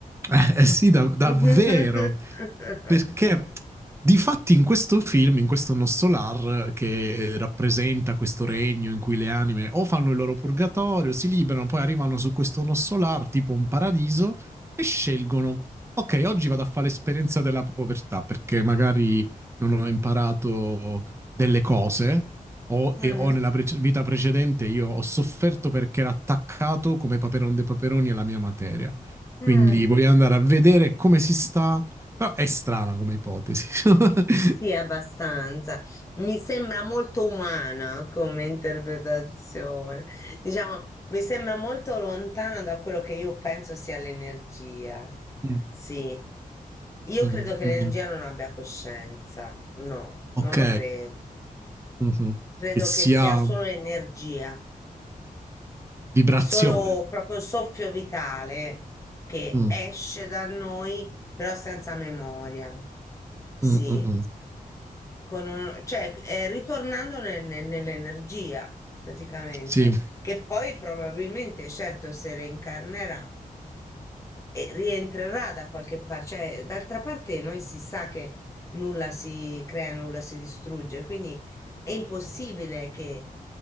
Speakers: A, on the right (about 20°); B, on the left (about 20°).
A: Eh,
B: <laughs>
A: eh, sì, da- davvero. Perché difatti in questo film, in questo Nostolar, che eh, rappresenta questo regno in cui le anime o fanno il loro purgatorio, si liberano, poi arrivano su questo Nostolar, tipo un paradiso, e scelgono, ok, oggi vado a fare l'esperienza della povertà, perché magari non ho imparato delle cose. O,
B: Mhm.
A: e- o nella prece- vita precedente io ho sofferto perché ero attaccato come Paperon de Paperoni alla mia materia. Quindi
B: Ah.
A: voglio andare a vedere come si sta. Però è strana come ipotesi. <laughs>
B: Sì, abbastanza. Mi sembra molto umana come interpretazione. Diciamo, mi sembra molto lontana da quello che io penso sia l'energia.
A: Mm,
B: Sì. Io
A: mm,
B: credo che
A: mm.
B: l'energia non abbia coscienza. No,
A: Ok,
B: non lo credo.
A: Mhm.
B: Credo
A: Che sia
B: che sia solo
A: mm,
B: energia,
A: vibrazione.
B: solo proprio soffio vitale che
A: Mm,
B: esce da noi, però senza memoria. Sì.
A: mm, mm, mm.
B: con un- cioè, eh, ritornando ne- ne- nell'energia praticamente,
A: Sì,
B: che poi probabilmente, certo, se reincarnerà e rientrerà da qualche parte, cioè, d'altra parte noi si sa che nulla si crea, nulla si distrugge, quindi è impossibile che